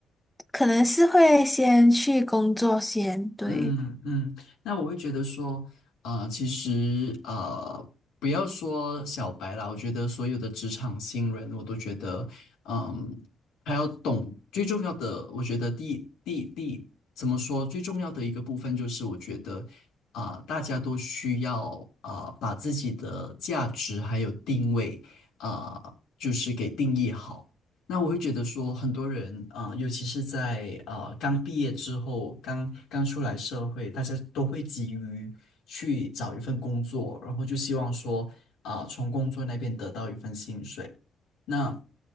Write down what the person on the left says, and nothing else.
嗯嗯，那我会觉得说，呃，其实呃，不要说小白啦，我觉得所有的职场新人，我都觉得，嗯，还要懂最重要的，我觉得第第第怎么说，最重要的一个部分就是，我觉得啊、呃大家都需要啊、呃把自己的价值还有定位啊、呃就是给定义好。那我会觉得说，很多人啊、呃尤其是在呃刚毕业之后，刚刚出来社会，大家都会急于去找一份工作，然后就希望说，啊、从工作那边得到一份薪水。那